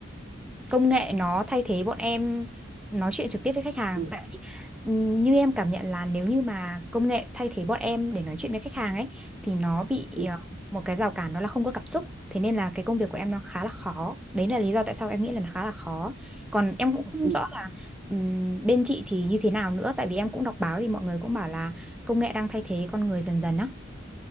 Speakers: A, in the centre; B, on the right.
A: công nghệ nó thay thế bọn em nói chuyện trực tiếp với khách hàng
B: ừ,
A: tại vì ừm, như em cảm nhận là nếu như mà công nghệ thay thế bọn em để nói chuyện với khách hàng ấy thì nó bị
B: ừ,
A: ờ, một cái rào cản đó là không có cảm xúc thế nên là cái công việc của em nó khá là khó đấy là lý do tại sao em nghĩ là nó khá là khó còn em cũng không
B: ừ.
A: rõ là ừm, bên chị thì như thế nào nữa tại vì em cũng đọc báo thì mọi người cũng bảo là công nghệ đang thay thế con người dần dần á